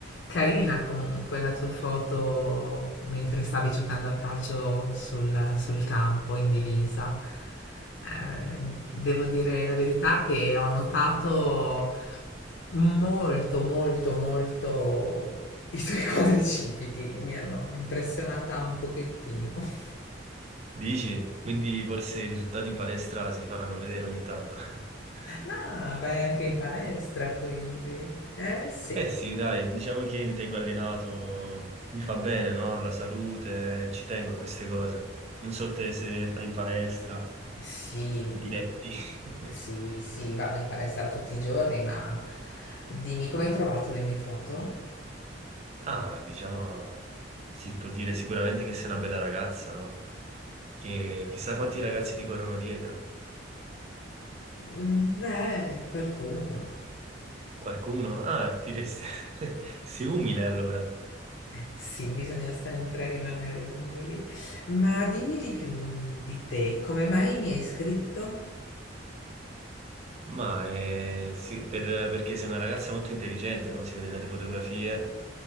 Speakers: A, on the left; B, on the right.
A: Carina comunque la tua foto mentre stavi giocando a calcio sul, sul campo in divisa. Eh, devo dire la verità che ho notato molto, molto, molto i tuoi <laughs> quadricipiti. Mi hanno impressionata un pochettino. <laughs>
B: Dici? Quindi forse i risultati in palestra si fanno vedere ogni tanto. <laughs>
A: Ah, vai anche in palestra quindi. Eh sì.
B: Eh sì, dai, diciamo che mi tengo allenato, mi fa bene, no? Alla salute, ci tengo a queste cose. Non so te se fai in palestra,
A: Sì.
B: i diretti. <laughs>
A: Sì, sì, vado in palestra tutti i giorni, ma dimmi come hai trovato le mie foto?
B: Ah, diciamo, si può dire sicuramente che sei una bella ragazza, no? Che chissà quanti ragazzi ti corrono dietro.
A: Mm, Beh, qualcuno.
B: Qualcuno? Ah, ti resta... <laughs> Sei umile allora.
A: Sì, bisogna sempre rimanere umili. Ma dimmi di più di te, come mai mi hai scritto?
B: Ma eh, sì, per- perché sei una ragazza molto intelligente, no? Si vede dalle fotografie,